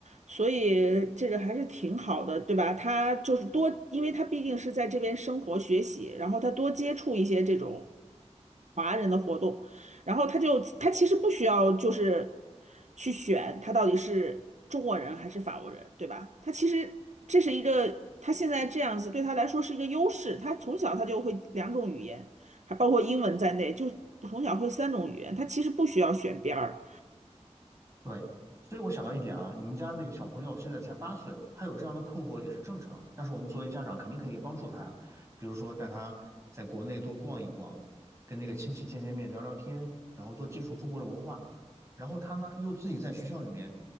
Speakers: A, on the right; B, on the right.
A: 所以这个还是挺好的，对吧？他就是多，因为他毕竟是在这边生活学习，然后他多接触一些这种华人的活动，然后他就他其实不需要就是去选他到底是中国人还是法国人，对吧？他其实这是一个他现在这样子对他来说是一个优势，他从小他就会两种语言，还包括英文在内，就从小会三种语言，他其实不需要选边儿。
B: 对，所以我想到一点啊，你们家那个小朋友现在才八岁，他有这样的困惑也是正常的。但是我们作为家长，肯定可以帮助他呀，比如说带他在国内多逛一逛，跟那个亲戚见见面、聊聊天，然后多接触中国的文化。然后他呢，又自己在学校里面